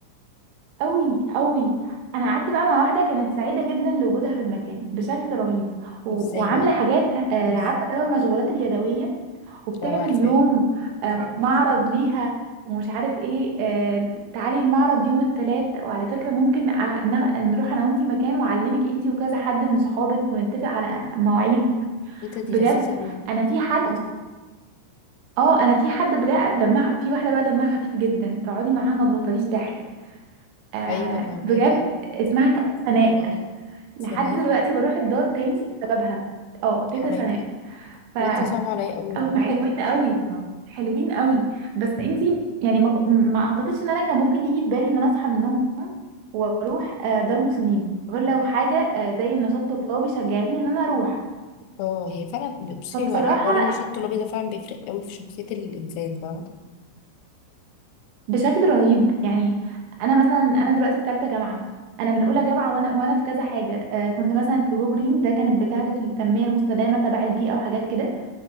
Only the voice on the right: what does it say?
قوي قوي انا قعدت بقى مع واحده كانت سعيده جدا لوجودها في المكان بشكل رهيب و...
وعامله
حاجات آه، بس عارفه اللي هو المشغولات اليدويه وبتعمل
يوم آه، معرض ليها ومش عارف ايه آه، تعالي المعرض يوم الثلاث وعلى فكره ممكن أ- نغ- نروح انا وانتي مكان واعلمك انتي وكذا حد من صحابك ونتفق على مواعيد
بجد
انا في حد اه انا في حد بجد دمها في واحده بقى دمها خفيف جدا تقعدي معاها ما تبطليش ضحك آه
بجد اسمها تيتا سناء لحد
دلوقتي بروح الدار تاني بسببها اه تيتا
سناء فهم
حلوين قوي حلوين قوي بس انتي يعني ما, ك- ما اعتقدش ان انا كان ممكن يجي في بالي ان انا اصحى من النوم واروح آه، دار مسنين غير لو حاجه آه، زي نشاط طلابي شجعتني ان انا اروح
فبصراحه
بشكل رهيب يعني انا مثلا انا دلوقتي في ثالثه جامعه انا من اولى جامعه وانا وانا في كذا حاجه آه كنت مثلا في جو جرين ده كانت بتهدف للتنميه المستدامه تبع البيئه وحاجات كده